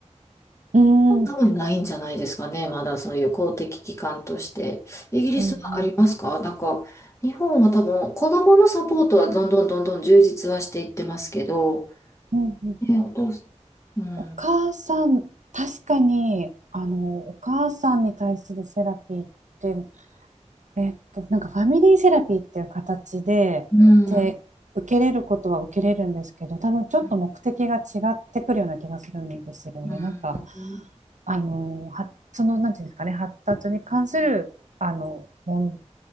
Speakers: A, on the right; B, on the left.
A: うん、うん、
B: 多分ないんじゃないですかね。まだそういう公的機関として。イギリスはありますかなんか、
A: うん、
B: 日本は多分子供のサポートはどんどんどんどん充実はしていってますけど、
A: うん。
B: ね、お父さん、うん、
A: お母さん、確かに、あの、お母さんに対するセラピーってえっと、なんかファミリーセラピーっていう形で、
B: うん、
A: で、受けれることは受けれるんですけど、多分ちょっと目的が違ってくるような気がするんですよね。
B: うん、うん、
A: なんか、あの、は、その、なんていうんですかね、発達に関する、あの、もん、